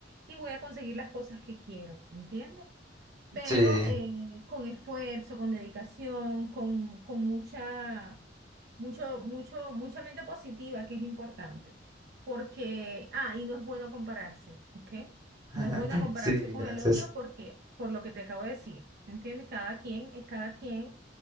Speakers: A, on the right; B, on the right.
A: y voy a conseguir las cosas que quiero, ¿entiendes? Pero
B: Sí,
A: eh, con esfuerzo, con dedicación, con, con mucha mucho, mucho, mucha mente positiva que es importante, porque, ah, y no es bueno compararse, ¿ok?
B: <laughs>
A: No es bueno compararse
B: sí,
A: con
B: gracias.
A: el otro porque, por lo que te acabo de decir, ¿me entiendes? Cada quien es cada quien